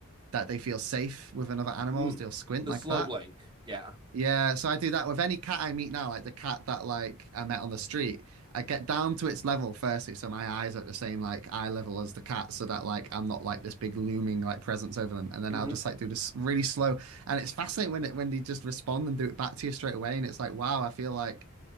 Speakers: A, on the right; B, on the right.
A: that they feel safe with another animals.
B: Mm.
A: They'll squint
B: The
A: like
B: slow
A: that.
B: blink, yeah,
A: Yeah, so I do that with any cat I meet now, like the cat that like I met on the street. I get down to its level firstly, so my eyes are at the same like eye level as the cat, so that like I'm not like this big looming like presence over them. And then
B: Mm-hmm.
A: I'll just like do this really slow, and it's fascinating when it when they just respond and do it back to you straight away. And it's like, wow, I feel like